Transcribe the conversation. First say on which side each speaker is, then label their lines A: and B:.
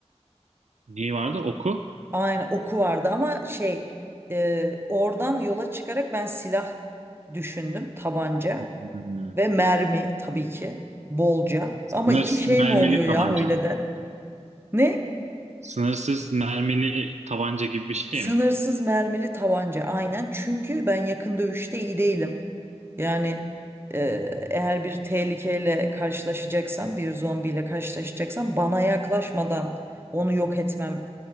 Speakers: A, on the right (about 80°); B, on the right (about 20°).
A: Neyi vardı? Oku.
B: Aynen oku vardı ama şey e, oradan yola çıkarak ben silah düşündüm. Tabanca
A: Hmm.
B: ve mermi tabii ki bolca.
A: Sınırsız
B: Ama iki şey
A: mermili
B: mi oluyor ya
A: tabanca
B: öyle
A: mı?
B: de? Ne?
A: Sınırsız mermili tabanca gibi bir şey
B: Sınırsız
A: mi?
B: mermili tabanca aynen çünkü ben yakın dövüşte iyi değilim. Yani e, eğer bir tehlikeyle karşılaşacaksam bir zombiyle karşılaşacaksam bana yaklaşmadan onu yok etmem